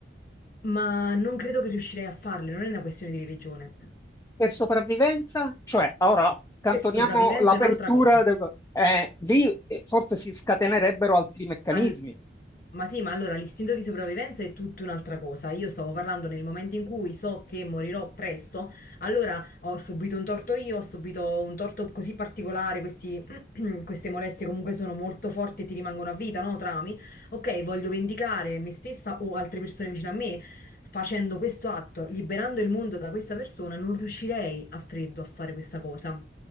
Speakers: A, on the left; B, on the left.
A: ma non credo che riuscirei a farlo, non è una questione di religione.
B: per sopravvivenza, cioè, ora accantoniamo
A: Per sopravvivenza
B: l'apertura,
A: è un'altra cosa.
B: del- eh, lì eh, forse si scatenerebbero altri meccanismi,
A: Al- Ma sì, ma allora l'istinto di sopravvivenza è tutta un'altra cosa. Io stavo parlando nel momento in cui so che morirò presto, allora ho subito un torto io, ho subito un torto così particolare, questi- <clears throat> queste molestie comunque sono molto forti e ti rimangono a vita, no? Traumi. Ok, voglio vendicare me stessa o altre persone vicino a me. Facendo questo atto, liberando il mondo da questa persona, non riuscirei a freddo a fare questa cosa.